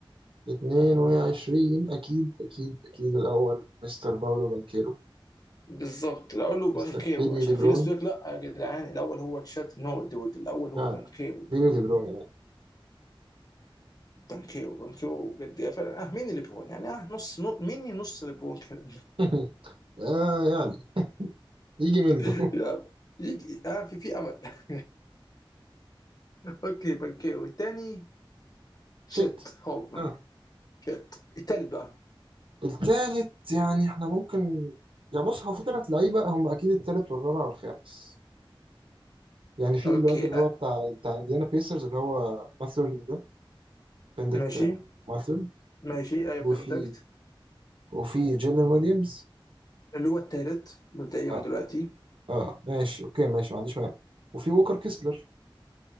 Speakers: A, on the right (about 70°); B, on the left (about 45°).
A: 22 أكيد أكيد أكيد الأول مستر باولو بانكيرو
B: بالظبط الاول هو
A: مستر
B: بانكيرو
A: بيبي
B: عشان
A: ليبرون
B: في ناس تقول لك لا يا جدعان الاول هو تشات نو دود الاول
A: لا
B: هو بانكيرو
A: لا بيبي ليبرون يا مان
B: بانكيرو بانكيرو بجد إيه فعلا اه مين ليبرون يعني اه نص نو مين نص ليبرون كده
A: <laughs> آه يعني يجي منه
B: <laughs>
A: <laughs>
B: لا يجي اه في في امل <laughs> اوكي بانكيرو الثاني شت
A: شت
B: هولمان
A: آه
B: شت التالت بقى
A: التالت يعني إحنا ممكن يا بص هو في تلات لعيبة هم أكيد التالت والرابع والخامس يعني في
B: اوكي
A: الواد اللي
B: أ-
A: هو بتاع بتاع إنديانا بيسرز اللي هو ماثرن ده بندكت
B: ماشي
A: ماثرن
B: ماشي اي
A: وفي
B: بندكت
A: وفي جيلين ويليامز
B: اللي هو التالت مبدئيا
A: آه
B: من دلوقتي
A: آه ماشي أوكي ماشي ما عنديش مانع وفي ووكر كيسلر